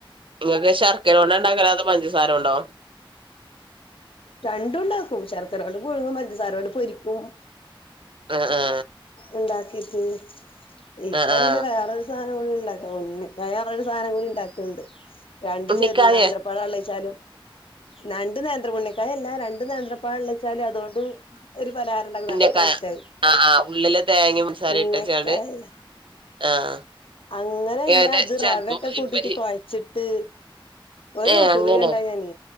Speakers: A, on the right; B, on the left.
A: നിങ്ങൾക്ക് ശർക്കര ഉണ്ടാക്കൽ അതോ പഞ്ചസാര കൊണ്ടോ
B: രണ്ടും ഉണ്ടാക്കും ശർക്കര കൊണ്ട് പുഴുങ്ങും പഞ്ചസാരകൊണ്ട് പൊരിക്കും
A: ആഹ് ആഹ്
B: ഉണ്ടാക്കിട്ട് ഇപ്പൊ
A: ആഹ് ആഹ് ആഹ്
B: പിന്നെ വേറൊരു ഉന്നക്കായർഞ്ഞ സാധനം കൂടി ഉണ്ടാക്കുന്നുണ്ട് രണ്ട്
A: ഉണ്ണിക്കായ
B: ചെറിയ നേന്ത്ര. ള്ളിച്ചാലും രണ്ട് നേന്ത്രം പണ്ണിക്കായല്ല രണ്ട് നേന്ത്ര അപ്പ അള്ളിച്ചാലല് അതുകൊണ്ട് ഒരു പലഹാരം ഉണ്ടാക്കും
A: ഉന്നക്കായ
B: നല്ല ടേസ്റ്റാ
A: ആഹ് ആഹ് ഉള്ളില് തേങ്ങയും പൻസാരിം
B: ഉന്നക്കായല്ല
A: ഇട്ടച്ചാണ്ട് ആഹ്
B: അങ്ങനെല്ല
A: ഏനെ
B: അത്
A: ചെലപ്പോ
B: റവൊക്കെ
A: പഴംപൊരി
B: കൂട്ടിട്ട് കുഴച്ചിട്ട് ത് ഒരു
A: ഏഹ്
B: യൂടൂബില്
A: അങ്ങനെ
B: കണ്ടാ ഞാന്